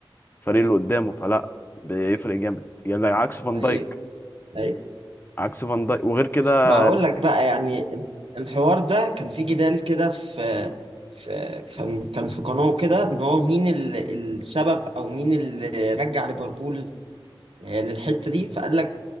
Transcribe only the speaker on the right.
أي
أي
ما هقول لك بقى يعني ال- الحوار ده كان في جدال كده في في كان كان في قناة كده إن هو مين ال- السبب أو مين اللي رجع ليفربول آه، للحته دي فقال لك